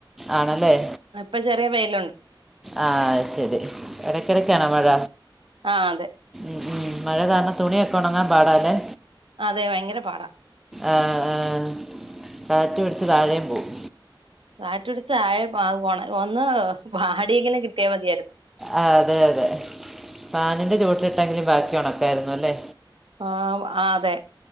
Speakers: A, in the centre; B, on the right.
A: ആണല്ലേ.
B: ഇപ്പൊ ചെറിയ വെയില്
A: ആഹ് അഹ് ശരി. ഇടക്കിടക്കണോ മഴ.
B: ആഹ് അതെ
A: ഉം ഉം മഴ കാരണം തുണിയൊക്കെ ഉണങ്ങാൻ പാടാലേ.
B: അതെ ഭയങ്കര പാടാ.
A: ആഹ് ആഹ് കാറ്റടിച്ച് താഴെ പോവും.
B: കാറ്റുടിച്ച താഴെ പോ ഒന്ന് വാടിയെങ്കിലും കിട്ടിയാൽ മതിയായിരുന്നു.
A: ആഹ് അതെ അതെ. ഫാനിന്റെ ചോട്ടിൽ ഇട്ടെങ്കിലും ബാക്കി ഉണക്കായിരുന്നു അല്ലേ.
B: ആം ആഹ് അതെ